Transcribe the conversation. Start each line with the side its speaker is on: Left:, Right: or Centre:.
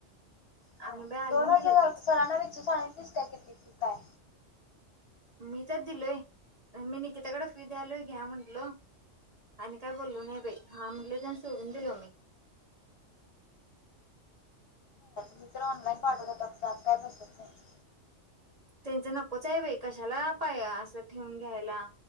Left: हा
Right: आणि बाई आलो
Left: दोन हजार
Right: मी लगेच
Left: सरांना वी सांगितलीस काय? किती फी काय
Right: मी तर दिलोय मी निकिताकडे फी द्यायलोय घ्या म्हटलो आणि काय बोललो नाही बाई हा म्हंटलीत आणी सोडून दिलो मी!
Left: मी तर ऑनलाईन पाठवतो जात काय बसत नाही.
Right: त्यांच नकोच आहे बाई कशाला बाई असं ठेवून घ्यायला